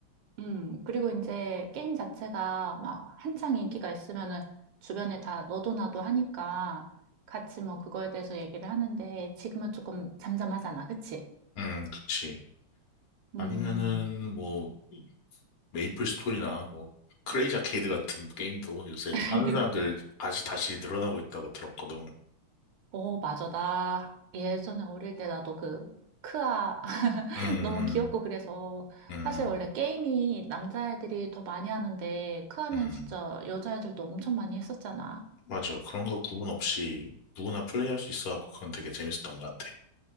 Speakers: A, on the right; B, on the left.
A: 음. 그리고 이제 게임 자체가 막 한창 인기가 있으면은 주변에 다 너도 나도 하니까 같이 뭐 그거에 대해서 얘기를 하는데 지금은 조금 잠잠하잖아, 그치?
B: 음, 그치.
A: 음.
B: 아니면은, 뭐, 메이플 스토리나, 뭐, 크레이지 아케이드 같은 게임도 요새
A: <laughs>
B: 하는 사람들 다시 다시 늘어나고 있다고 들었거든.
A: 어, 맞아. 나 예전에 어릴 때 나도 그 크아 <laughs>
B: 음,
A: 너무 귀엽고 그래서
B: 음. 음.
A: 사실 원래 게임이 남자애들이 더 많이 하는데 크아는
B: 음,
A: 진짜 여자애들도 엄청 많이 했었잖아.
B: 맞아. 그런 거 구분 없이 누구나 플레이할 수 있어갖고 그건 되게 재밌었던 것 같아.